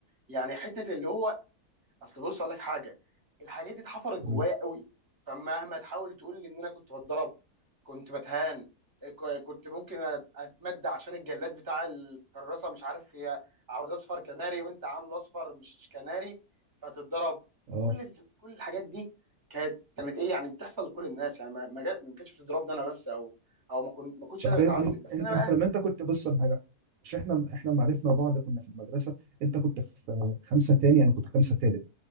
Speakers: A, on the right; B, on the right.
A: يعني حته اللي هو اصل بص اقول لك حاجه الحاجات دي اتحفرت جوايا
B: قول.
A: قوي فمهما تحاول تقول لي ان انا كنت بتضرب كنت بتهان ك- كنت ممكن أت- اتمد عشان الجلاد بتاع الكراسه مش عارف هي عاوز اصفر كناري وانت عامله اصفر مش كناري فتتضرب
B: اه
A: كل ال- كل الحاجات دي كانت كانت ايه يعني بتحصل لكل الناس يعني ما ما جا- ما كانتش بتضربني انا بس او او ما كنت ما كنتش
B: فغير
A: انا بتعذب
B: إن-
A: بس
B: إن-
A: انا بقى
B: انت لما انت كنت بص على حاجه مش احنا احنا ما عرفنا بعض كنا في المدرسه انت كنت في خمسه تاني انا كنت خمسه تالت